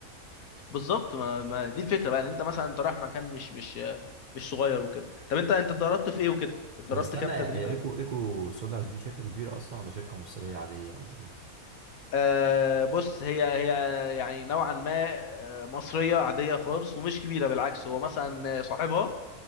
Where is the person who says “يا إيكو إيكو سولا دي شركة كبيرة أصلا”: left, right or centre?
Right